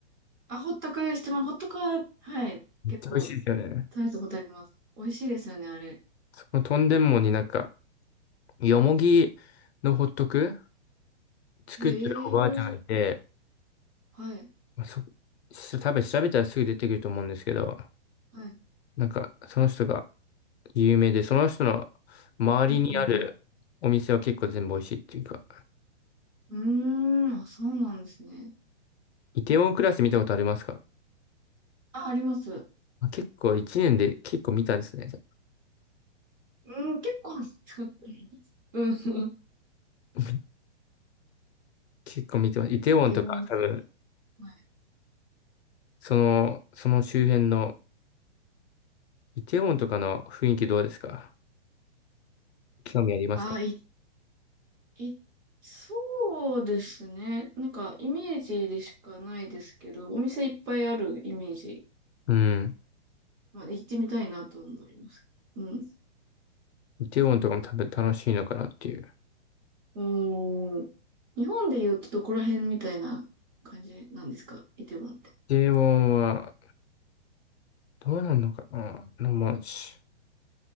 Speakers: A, on the right (about 20°); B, on the left (about 70°).
A: あ、ほったくしてます。ほったくは、はい。
B: めっちゃ美味しいですよね。
A: 結構、食べたことあります。美味しいですよね、あれ。
B: そこのトンデンモになんか、よもぎのホットク作ってるおばあちゃんがいて、
A: へえ。はい。
B: まあ、そ、し多分調べたらすぐ出てくると思うんですけど、
A: はい。
B: なんか、その人が有名で、その人の周りにあるお店は結構全部美味しいっていうか、
A: うんうんうん。うーん、あ、そうなんですね。
B: イテウォンクラス見たことありますか
A: あ、あります。
B: まあ結構一年で結構見たんですね。じゃ
A: うん、結構あります。<laughs> うん。
B: あ <laughs> 結構見てます。イテウォンとか多分、
A: でも、はい。
B: その、その周辺の、イテウォンとかの雰囲気どうですか興味ありますか
A: あ、い、い、そうですね。なんか、イメージでしかないですけど、お店いっぱいあるイメージ。
B: うん。
A: まあ、行ってみたいなと思います。うん。
B: イテウォンとかも多分楽しいのかなっていう。
A: うーん。日本で言うとどこら辺みたいな感じなんですかイテウォンって。
B: イテウォンは、どうなんのかな、うまあ、し